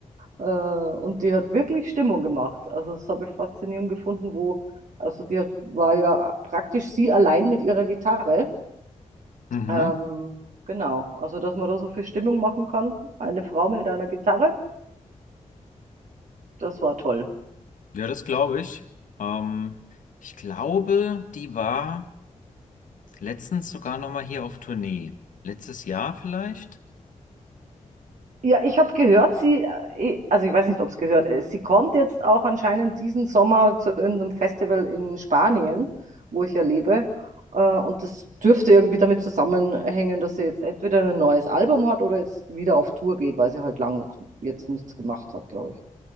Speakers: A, on the right; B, on the left.
A: Äh, und die hat wirklich Stimmung gemacht. Also das habe ich faszinierend gefunden, wo, also die hat, war ja praktisch sie allein mit ihrer Gitarre
B: Mhm.
A: ähm, genau, also dass man da so viel Stimmung machen kann. Eine Frau mit einer Gitarre, das war toll.
B: Ja, das glaube ich. Ähm, ich glaube, die war. Letztens sogar nochmal hier auf Tournee. Letztes Jahr vielleicht?
A: Ja, ich habe gehört, sie, äh, eh, also ich weiß nicht, ob es gehört ist, sie kommt jetzt auch anscheinend diesen Sommer zu irgendeinem Festival in Spanien, wo ich ja lebe. Äh, und das dürfte irgendwie damit zusammenhängen, dass sie jetzt entweder ein neues Album hat oder jetzt wieder auf Tour geht, weil sie halt lang jetzt nichts gemacht hat, glaube ich.